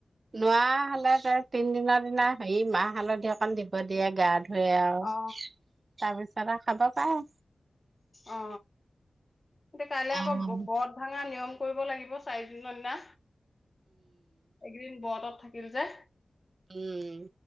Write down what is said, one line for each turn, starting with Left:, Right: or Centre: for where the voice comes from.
Right: নোৱাৰা হলে তিনদিনৰ দিনা হেৰি মাহ হালধি অকণ দিব দিয়ে গাত। দে আৰু
Left: অ
Right: তাৰপিছত কিবা খাব পায়।
Left: অ। এতিয়া কাইলে
Right: উম
Left: আকৌ ব্ৰত ভাঙা নিয়ম কৰিব লাগিব চাৰি দিনৰ দিনা। একদিন ব্ৰতত কিল যে।
Right: উম।